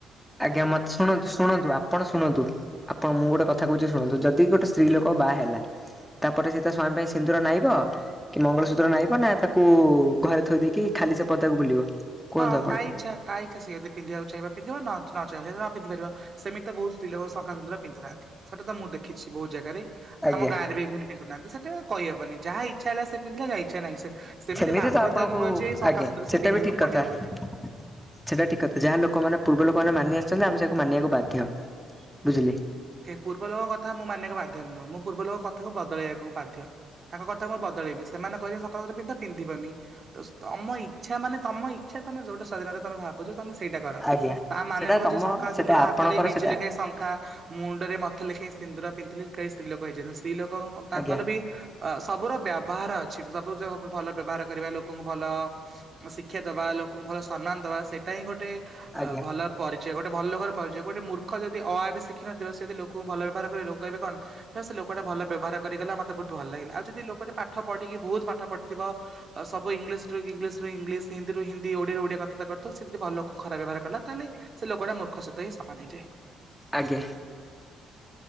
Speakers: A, in the centre; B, on the right.
A: ଆଜ୍ଞା ମତେ ଶୁଣନ୍ତୁ ଶୁଣନ୍ତୁ ଆପଣ ଶୁଣନ୍ତୁ ଆପଣ ମୁଁ ଗୋଟେ କଥା କହୁଛି ଶୁଣନ୍ତୁ ଯଦି ଗୋଟେ ସ୍ତ୍ରୀ ଲୋକ ବାହା ହେଲା ତାପରେ ସେ ତା ସ୍ଵାମୀ ପାଇଁ ସିନ୍ଦୁର ନାଇବ କି ମଙ୍ଗଳସୂତ୍ର ନାଇବ ନା ତାକୁ ଘରେ ଥୋଇ ଦେଇକି ଖାଲି ସେ ପଦାକୁ ବୁଲିବ? କୁହନ୍ତୁ
B: ହଁ
A: ଆପଣ
B: ତା ଇଛା ତା ଇଛା ସିଏ ଯଦି ନ୍ଧିବାକୁ ଚାହିଁବ ପିନ୍ଧିବ ନ ନ ଚାହିଁଲେ ନା ପିନ୍ଧି ପାରିବ ସେମିତି ବହୁତ ସ୍ତ୍ରୀ ଲୋକ ଶଖା ସୁୁନ୍ଦୁର ପିନ୍ଧୁ ନାହାନ୍ତି ସେଇଟା ତ ମୁଁ ଦେଖିଛି ବହୁତ ଜାଗାରେ।
A: ଆଜ୍ଞା
B: ଆମ ଗାଁରେ ଇଭେନ୍ ପିନ୍ଧୁ ନାହାନ୍ତି ସେଟା କହିହବନି ଯା ଜାହା ଇଛା ହେଲା ସେ ପିନ୍ଧିଲା ଯା ଇଛା ନାହିଁ ସେ
A: ସେମିତି
B: ବାଧ୍ୟତା
A: ତ ଆପଣଙ୍କୁ
B: ନୁହଁ ଯେ ଶଙ୍ଖା
A: ଆଜ୍ଞା
B: ସିନ୍ଦୁର ସେ
A: ସେଟା
B: ପିନ୍ଧିବାକୁ
A: ବି ଠିକ
B: ପଡିବ
A: କଥା ସେଟା
B: ବୋଲି।
A: ଠିକ କଥା ଯାହା ଲୋକମାନେ ପୂର୍ବ ଲୋକମାନେ ମାନି ଆସ ସେମିତି ଆମେ ସେଆକୁ ମାନିବାକୁ ବାଧ୍ୟ ବୁଝିଲେ।
B: ପୂର୍ବ ଲୋକଙ୍କ କଥା ମୁଁ ମାନିବାକୁ ବାଧ୍ୟ ନୁହଁ ମୁଁ ପୂର୍ବ ଲୋକଙ୍କ କଥାକୁ ବଦଳେଇବାକୁ ବାଧ୍ୟ ତାଙ୍କ କଥାକୁ ମୁଁ ବଦଳେଇବି ସେମାନେ କହିଲେ ଶଙ୍ଖା ସିନ୍ଦୁର ପିନ୍ଧ ପିନ୍ଧିବନି ତ ତମ ଇଛା ମାନେ ତମ ଇଚ୍ଛା ତମେ ଯୋଉଟା ସ୍ୱାଧୀନରେ ତମେ ଭାବୁଛ ତମେ ସେ ସେଇଟା କର
A: ଆଜ୍ଞା
B: ତା ମାନେ
A: ସେଟା
B: ନୁହଁ
A: ତମ
B: ଯେ ଶଙ୍ଖା
A: ସେଟା
B: ସିନ୍ଦୁର
A: ଆପଣଙ୍କର
B: ହାତରେ ମେଞ୍ଚେ
A: ସେଟା
B: ଲେଖାଏ ଶଙ୍ଖା ରେ ମଥେ ଲେଖେ ସିନ୍ଦୁର ପିନ୍ଧିଲେ କେହି ସ୍ତ୍ରୀ ଲୋକ ହେଇଜାନ୍ତିନି। ସ୍ତ୍ରୀ ଲୋକଙ୍କ ତାଙ୍କର
A: ଆଜ୍ଞା
B: ବି ଅ ସବୁର ବା ବାହାରେ ଅଛି ସପୋଜ ଭଲ ବ୍ୟବହାର କରିବା ଲୋକଙ୍କୁ ଭଲ ଶିକ୍ଷା ଦବା ଲୋକଙ୍କୁ ଭଲ ସମ୍ମାନ ଦବା ସେଇଟା ହିଁ ଗୋଟେ
A: ଆଜ୍ଞା
B: ଆ ଭଲ ପରିଚୟ ଗୋଟେ ଭଲ ଲୋକର ପରିଚୟ ଗଟେ ମୂର୍ଖ ଯଦି ଅ ଆ ବି ସିକ ଶଖିନଥିବ ସେ ଯି ଲୋକଙ୍କୁ ଭଲ ବ୍ୟବହାର ଲୋକ କହିବେ କଣ ହେ ସେ ଲୋକଟା ଭଲ ବ୍ୟବହାର କରି କଲା ମୋତେ ବହୁତ ଭଲ ଲାଗିଲା ଆଉ ଯଦି ଲୋକଟେ ପାଠ ପଢିକି ବହୁତ ପାଠ ପଢିଥିବ ସବୁ ଇଂଲିଶ ଟୁ ଇଂଲିଶରୁ ଇଂଲିଶ ହିନ୍ଦି ରୁ ହିନ୍ଦି ଓଡିଆରେ ଓଡିଆ କଥାବାର୍ତ୍ତା କରୁଥିବ ସେ ଯଦି ଭଲ ଖରାପ ବ୍ୟବହାର କଲା ତାହେଲେ ସେ ଲୋକଟା ମୂର୍ଖ ସହିତ ହିଁ ସମାନ ହେଇଯାଏ।
A: ଆଜ୍ଞା